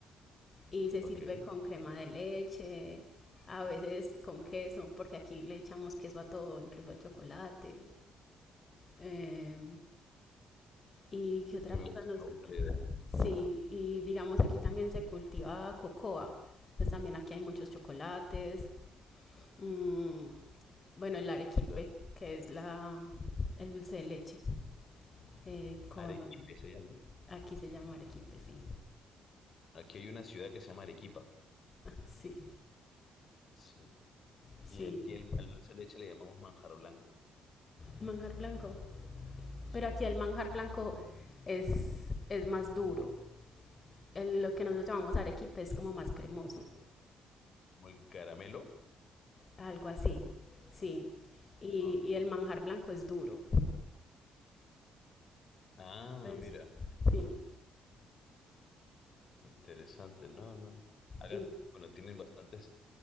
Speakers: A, on the left; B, on the left.
A: y se
B: Ok.
A: sirve con crema de leche, a veces con queso, porque aquí le echamos queso a todo, incluso al chocolate. Eh, y qué otra
B: Me
A: cosa
B: gusta,
A: nos
B: me gusta
A: gusta?
B: la idea.
A: Sí, y digamos aquí también se cultiva cocoa. Entonces también aquí hay muchos chocolates, Mm, bueno, el arequipe,
B: Claro.
A: que es la, el dulce de leche, eh, con,
B: Arequipe se llama. ¿no?
A: aquí se llama arequipe, sí,
B: Aquí hay una ciudad que se llama Arequipa.
A: sí,
B: Sí.
A: sí,
B: Y aquí el- al dulce de leche le llamamos manjar blanco.
A: manjar blanco,
B: Sí.
A: pero aquí el manjar blanco es, es más duro, el- lo que nosotros llamamos arequipe es como más cremoso,
B: Como el caramelo.
A: algo así, sí, y,
B: Ah,
A: y el manjar blanco es duro,
B: Ah,
A: Es-
B: mira.
A: sí,
B: Interesante. No, no. Acá,
A: y,
B: bueno, tienen bastantes